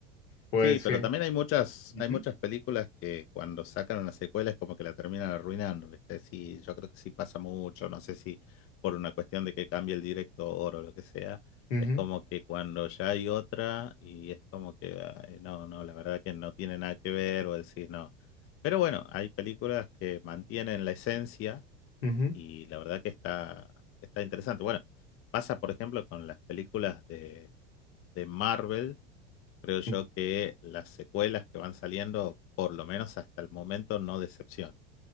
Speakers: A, on the left; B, on the left.
A: pues
B: Sí, pero
A: sí.
B: también hay muchas,
A: Ujú,
B: hay muchas películas que cuando sacan una secuela es como que la terminan arruinando, ¿viste? Sí, yo creo que sí pasa mucho, no sé si por una cuestión de que cambie el director o lo que sea,
A: ujú,
B: es como que cuando ya hay otra y es como que, ay, no, no, la verdad que no tiene nada que ver o decís no. Pero bueno, hay películas que mantienen la esencia
A: ujú,
B: y la verdad que está, está interesante. Bueno, pasa por ejemplo con las películas de, de Marvel Creo yo
A: ujú.
B: que las secuelas que van saliendo, por lo menos hasta el momento, no decepcionan,